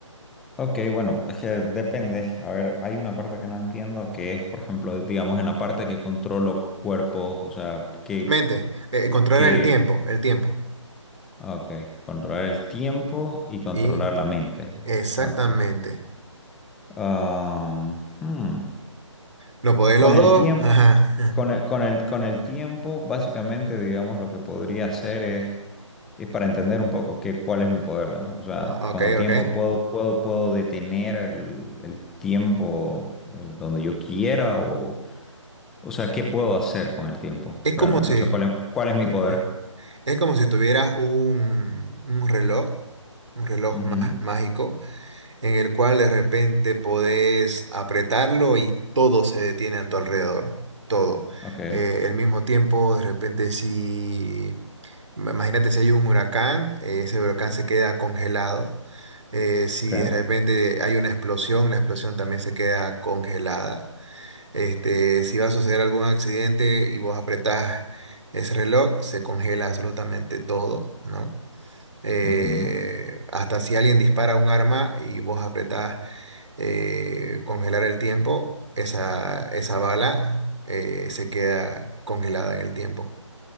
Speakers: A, in the centre; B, on the right (about 65°).
A: Ok, bueno, es que depende. A ver, hay una parte que no entiendo que es, por ejemplo, digamos, en la parte que controlo cuerpos, o sea, que,
B: Mente, eh, controlar
A: que,
B: el tiempo, el tiempo.
A: ok, controlar el tiempo y controlar
B: Y
A: la mente.
B: exactamente.
A: Ok. Ah, hmm.
B: ¿No podéis
A: Con
B: los
A: el
B: dos?
A: tiempo,
B: <laughs> Ajá.
A: con el, con el- con el tiempo, básicamente, digamos, lo que podría hacer es, es para entender un poco qué, cuál es mi poder, digamos. O sea,
B: Ah,
A: con
B: Ok,
A: el tiempo
B: ok.
A: puedo, puedo, puedo detener el, el tiempo eh, donde yo quiera o, o sea, ¿qué puedo hacer con el tiempo
B: Es como
A: realmente?
B: si,
A: O sea, ¿cuál es, cuál es mi
B: eh,
A: poder?
B: es como si tuvieras un, un reloj, un reloj
A: Ujú.
B: má- mágico, en el cual de repente podés apretarlo y todo se detiene a tu alrededor, todo.
A: Ok,
B: Eh, el mismo tiempo, de repente, si, ma- imagínate si hay un huracán, eh, ese huracán se queda congelado. Eh, si
A: ok.
B: de repente hay una explosión, la explosión también se queda congelada. Este, si va a suceder algún accidente y vos apretás ese reloj, se congela absolutamente todo, ¿no? eh,
A: Ujú.
B: hasta si alguien dispara un arma y vos apretás eh, congelar el tiempo, esa, esa bala eh, se queda congelada en el tiempo.